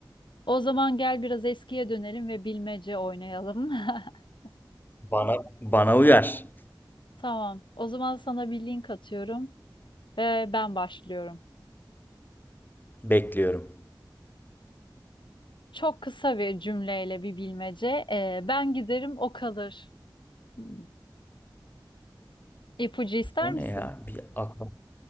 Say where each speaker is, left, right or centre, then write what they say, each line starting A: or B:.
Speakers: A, on the left; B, on the left.
A: O zaman gel biraz eskiye dönelim ve bilmece oynayalım. <laughs>
B: Bana bana uyar.
A: Tamam, o zaman sana bir link atıyorum ve ben başlıyorum.
B: Bekliyorum.
A: Çok kısa bir cümleyle bir bilmece. Ee, ben giderim, o kalır. Hmm. İpucu ister
B: O
A: misin?
B: ne ya? Bir akla-